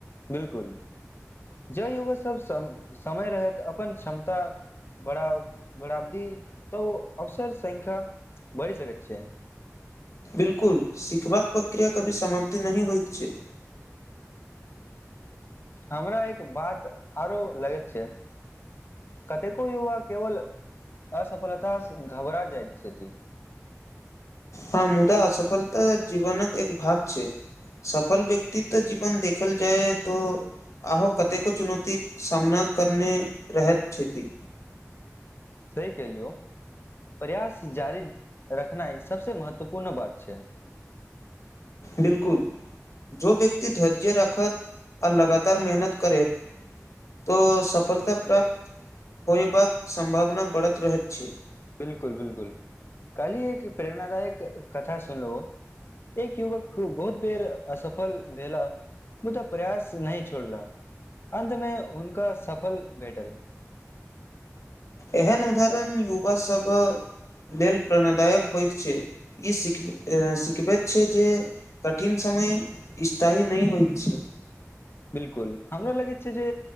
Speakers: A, on the left (about 45°); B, on the left (about 65°).
A: बिलकुल जँ युवा सब सम समय रहैत अपन क्षमता बढ़ाउ बढ़ाबदी तऽ उ अवसर संख्या बढ़ि सकैत छै।
B: बिलकुल सिखबाक प्रक्रिया कभी समाप्ति नहि होएत छै।
A: हमरा एक बात आरो लगैत छै कतेको युवा केवल असफलता सँ घबरा जाएत छथि।
B: हँ मुदा असफलता जीवनक एक भाग छै सफल व्यक्तित जीवन देखल जाय तो आहो कतेको चुनौतीक सामना करने रहैत छथि।
A: सेहि केहलियौ प्रयास जारी रखनाइ सभसे महत्वपूर्ण बात छै।
B: बिलकुल जो व्यक्ति धैर्य राखत आ लगातार मेहनत करैत तो सफलता प्राप्त होयबाक संभावना बढ़त रहैत छै।
A: बिलकुल बिलकुल काल्ही एक प्रेरणादायक कथा सुनलो एक युवक बहुत बेर असफल भेला मुदा प्रयास नहि छोड़ला अन्तमे हुनका सफल भेटल।
B: एहन उदाहरण युवा सब लेल प्रणदायक होएत छै, इ सिख एं सिखबैत छै जे कठिन समय स्थायी नहि होएत छै।
A: बिलकुल हमरा लगैत छै जे